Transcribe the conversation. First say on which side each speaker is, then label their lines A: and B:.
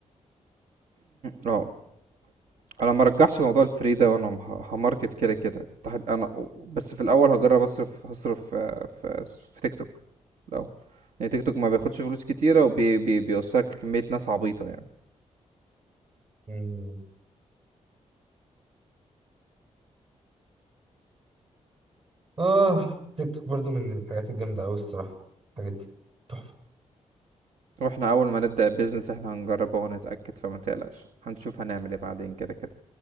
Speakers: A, on the right; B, on the right.
A: اه انا ما رجعش موضوع الفري ده وانا ه- هماركت كده كده تحت انا بس في الاول هجرب اصرف هصرف آه، في في تيك توك لو يعني تيك توك ما بياخدش فلوس كتيره وبيوصلك لكميه ناس عبيطه يعني
B: مم. اه تيك توك برضو من الحاجات الجامدة أوي الصراحة الحاجات دي تحفة
A: واحنا اول ما نبدا البيزنس احنا هنجربه ونتاكد فما تقلقش هنشوف هنعمل ايه بعدين كده كده